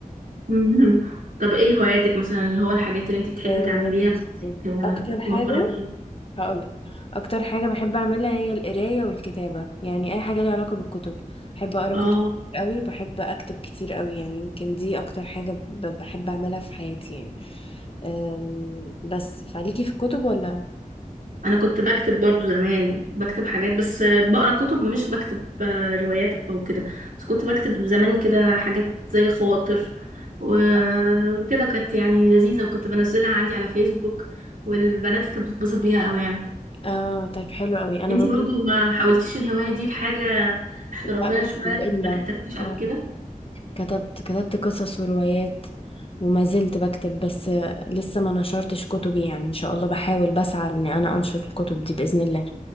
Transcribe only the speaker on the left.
آه،
بصي
اكتر حاجه
هقولك اكتر حاجه بحب اعملها هي القرايه والكتابه يعني اي حاجه ليها علاقه بالكتب بحب اقرا
كتب كتير قوي وبحب اكتب كتير قوي يعني يمكن دي اكتر حاجه ب- بحب اعملها في حياتي يعني أم، بس فعليكي في الكتب ولا
آه.
اه طيب حلو قوي انا
برضو
لا
بكتب الا
آه.
كتبت كتبت قصص وروايات وما زلت بكتب بس آه، لسه ما نشرتش كتبي يعني ان شاء الله بحاول بسعى ان انا انشر الكتب دي باذن الله